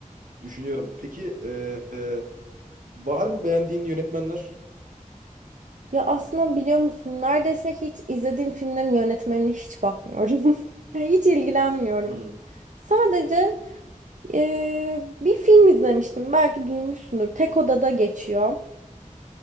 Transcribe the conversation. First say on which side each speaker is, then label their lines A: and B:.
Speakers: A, on the right; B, on the right.
A: Düşünüyorum. Peki e, e, var mı beğendiğin yönetmenler?
B: Ya aslında biliyor musun neredeyse hiç izlediğim filmlerin yönetmenine hiç bakmıyorum. <laughs> Yani hiç ilgilenmiyorum.
A: Hmm.
B: Sadece eee, bir film izlemiştim. Belki duymuşsundur. Tek odada geçiyor.